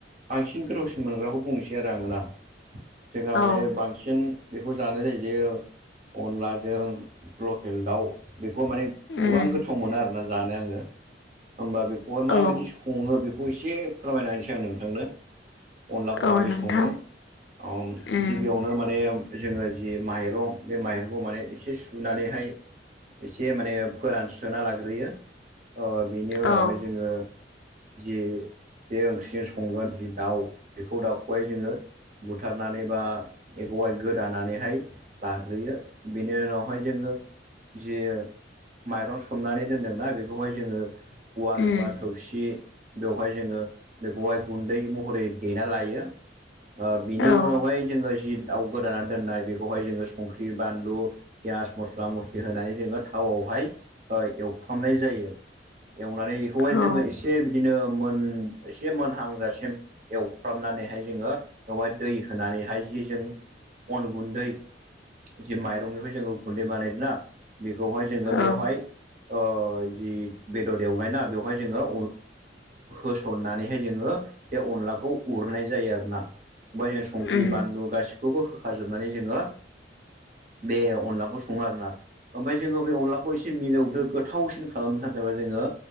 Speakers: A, on the right; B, on the left.
A: बांसिन गोथावसिन मोनग्राखौ बुंनोसै आरो आङोना जोंहा माने
B: औ
A: बांसिन बेखौ जानाय जायो जे अनलाजों लकेल दाउ बेखौ माने
B: उम
A: गोबां गोथाव मोनो आरोना जानो आङो होमबा बेखौहाय माबायदि
B: औ
A: सङो बेखौ एसे फोरमायनाहोनोसै आं नोंथांनो। अनलाखौ
B: औ
A: माबायदि
B: नोंथां
A: सङो ओम
B: उम
A: गिबियावनो माने जोङो जि माइरं बे माइरंखौ माने एसे सुनानैहाय एसे माने फोरानस्रोना लाग्रोयो, ओ बेनि उनावहाय
B: औ
A: जोङो जि बे ओंख्रिजों संगोन जि दाउ बेखौ दावखौ'हाय जोङो बुथारनानै बा एखौहाय गोदानानैहाय लाग्रोयो बेनि उनावहाय जोङो जि माइरं सोमनानै दोनदोंना बेखौहाय जोङो उवाल
B: उम
A: बा थौसि बेवहाय जोङो बेखौहाय गुन्दै महरै देना लायो ओ बिनि
B: औ
A: उनावहाय जोङो जि दाउ गोदाना दोननाय बेखौहाय जोङो संख्रि बानलु पियास मस्ला मस्लि होनानै जोङो थावआवहाय एवफ्रामनाय जायो एवनानै इखौहाय
B: औ
A: जोङो एसे से बिदिनो मोन एसे मोनहांजासिम एवफ्रामनानैहाय जोङो बेवहाय दै होनानैहाय जि जों अन गुन्दै जि माइरंनिफ्राय जोङो गन्दै बानायदोंना बेखौहाय जोङो बेवहाय
B: औ
A: ओ जि बेदर एवनायना बेवहाय जोङो होसननानैहाय जोङो बे अनलाखौ उरनाय जायो आरो ना। ओमफाय जों संख्रि
B: उम
A: बानलु गासिखौबो होखाजोबनानै जोङो बे अनलाखौ सङो आरोना। ओमफाय जोङो बे अनलाखौ एसे मिलौदो गोथावसिन खालामनो थाखायबा जोङो